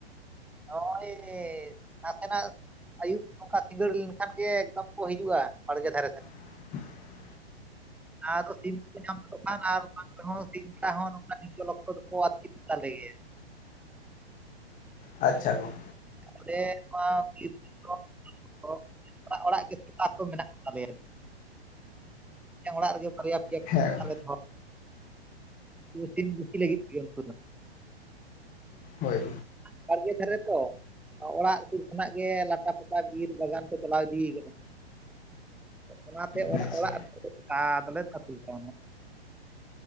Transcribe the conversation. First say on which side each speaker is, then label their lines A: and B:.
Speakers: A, in the centre; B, on the left.
A: ᱱᱚᱜᱼᱚᱭ ᱱᱟᱥᱮᱱᱟᱜ ᱟᱹᱭᱩᱵ ᱱᱚᱝᱠᱟ ᱥᱤᱸᱜᱟᱹᱲ ᱞᱮᱱᱠᱷᱟᱱ ᱜᱮ ᱮᱠᱫᱚᱢ ᱠᱚ ᱦᱤᱡᱩᱜᱼᱟ ᱵᱟᱲᱜᱮ ᱫᱷᱟᱨᱮ ᱥᱮᱱ
B: <inaudible>
A: ᱟᱨᱫᱚ ᱥᱤᱢ ᱠᱚ ᱧᱟᱢ ᱞᱮ ᱠᱷᱟᱱ ᱟᱨ ᱨᱮᱦᱚᱸ ᱛ ᱦᱚᱸ ᱱᱚᱝᱠ ᱦᱤᱡᱚᱜ ᱚᱠᱛᱚ ᱫᱚᱠᱚ ᱟᱹᱛᱤᱨᱤᱧ ᱛᱟᱞᱮ ᱜᱮᱭᱟ <inaudible> <unintelligible>
B: ᱟᱪᱪᱷᱟ ᱜᱚᱝ
A: ᱯᱮ ᱱᱚᱣᱟ <unintelligible> ᱚᱲᱟᱜ ᱚᱲᱟᱜ ᱜᱮ ᱥᱮᱛᱟ ᱠᱚ ᱢᱮᱱᱟᱜ ᱠᱚ ᱛᱟᱞᱮᱭᱟ ᱦᱮᱸ ᱚᱲᱟᱜ ᱨᱮᱜᱮ ᱵᱟᱨᱭᱟ ᱯᱮᱭᱟ
B: ᱦᱮᱸ
A: ᱟᱞᱮ ᱥᱮ ᱯᱨᱚᱴᱤᱱ ᱵᱮᱥᱤ ᱞᱟᱹᱜᱤᱫ ᱜᱮ ᱩᱱᱠᱩ ᱫᱚ᱾
B: ᱦᱳᱭ
A: ᱵᱟᱲᱜᱮ ᱫᱷᱟᱨᱮ ᱛᱚ᱾ ᱚᱲᱟᱜ ᱥᱩᱨ ᱠᱷᱚᱱᱟᱜ ᱜᱮ ᱞᱟᱴᱟ ᱯᱟᱴᱟ ᱵᱤᱨ ᱵᱟᱜᱟᱱ ᱠᱚ ᱪᱟᱞᱟᱣ ᱤᱫᱤ ᱟᱠᱟᱱᱟ᱾ ᱚᱱᱟᱛᱮ ᱚᱲᱟᱜ
B: ᱟᱪᱪᱷᱟ
A: ᱚᱲᱟᱜ ᱠᱚ ᱫᱟᱜᱽ ᱫᱚᱞᱮ ᱟᱹᱛᱩᱭ ᱛᱟᱦᱮᱱᱟ᱾